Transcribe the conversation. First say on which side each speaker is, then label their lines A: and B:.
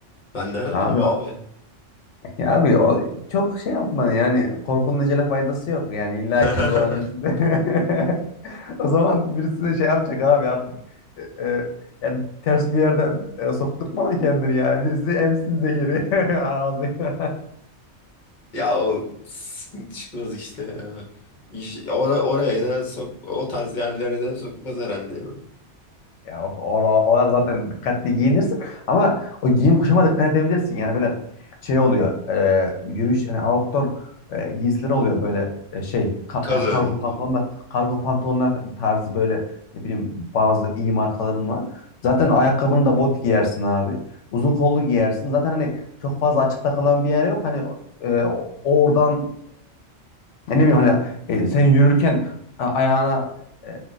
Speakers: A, on the left; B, on the left.
A: Ben nereden
B: <laughs>
A: bileyim
B: Abi
A: abi?
B: Ya abi o, çok şey yapma yani korkunun acele faydası yok yani illa
A: <laughs>
B: ki bu doğanın içinde. <laughs> O zaman birisi de şey yapacak abi artık e, e, yani ters bir yerden e, sokturtma kendini yani birisi emsin zehiri <laughs> ağzına.
A: Ya o sıkıntı çıkmaz işte ya. İş, ora- oraya da sok, o tarz yerlere de sokmaz herhalde.
B: Ya o, o- oralar zaten dikkatli giyinirsin ama o giyim kuşama dikkat edebilirsin. Yani böyle şey oluyor. e, yürüyüş hani outdoor e, giysileri oluyor böyle e, şey ka-
A: Kalın.
B: e, kargo pantolonlar kargo pantolonlar tarzı böyle ne bileyim bazı iyi markaların var. Zaten ayakkabını da bot giyersin abi. Uzun kollu giyersin. Zaten hani çok fazla açıkta kalan bir yer yok. Hani e, o- oradan ya ne bileyim hani e, sen yürürken a- ayağına e,